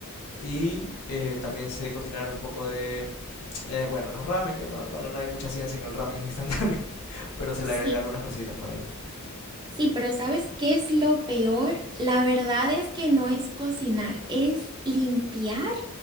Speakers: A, on the left; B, on the right.
A: Y eh, también sé cocinar un poco de, eh, bueno, los ramen, que no, bueno, no hay mucha ciencia en el ramen instantáneo, <laughs> pero se
B: sí,
A: le agrega algunas cositas por ahí.
B: Sí, pero ¿sabes qué es lo peor? La verdad es que no es cocinar, es limpiar